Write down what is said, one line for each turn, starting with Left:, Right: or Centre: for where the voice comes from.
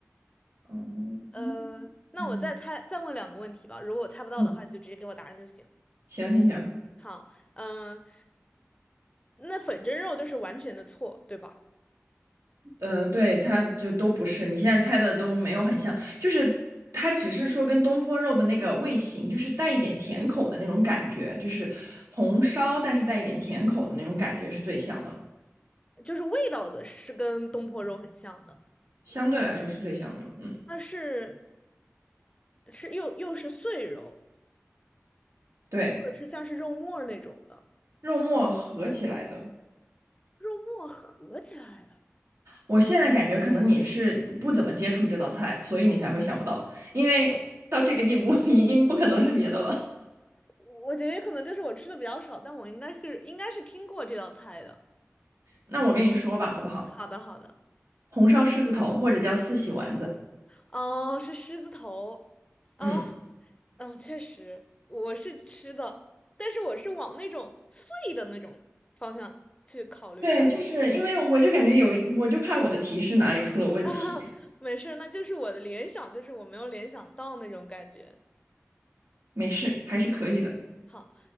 Right: <laughs> 嗯
Left: 呃，那我再猜，
Right: 嗯
Left: 再问两个问题吧。如果我猜不到的话，
Right: 嗯，
Left: 就直接给我答案就行。
Right: 行行行，
Left: 好，嗯、那粉蒸肉就是完全的错，对吧？
Right: 呃，对，它就都不是，你现在猜的都没有很像，就是它只是说跟东坡肉的那个味型，就是带一点甜口的那种感觉，就是红烧但是带一点甜口的那种感觉是最像的了，
Left: 就是味道的是跟东坡肉很像的，
Right: 相对来说是最像的了。嗯，
Left: 它是是又又是碎肉，
Right: 对，
Left: 或者是像是肉末儿那种的，
Right: 肉末合起来的，
Left: 肉末合起来的。
Right: 我现在感觉可能你是不怎么接触这道菜，所以你才会想不到，因为到这个地步 <laughs> 已经不可能是别的了。
Left: 我觉得可能就是我吃的比较少，但我应该是应该是听过这道菜的。
Right: 那我跟你说吧，好不好？
Left: 好的，好的。
Right: 红烧狮子头或者叫四喜丸子，
Left: 哦，是狮子头，哦，
Right: 嗯，
Left: 嗯，确实，我是吃的，但是我是往那种碎的那种方向去考虑的。
Right: 对，就是因为我就感觉有一我就怕我的提示哪里出了问题，
Left: <laughs> 没事儿，那就是我的联想，就是我没有联想到那种感觉。
Right: 没事，还是可以的。
Left: 好，好，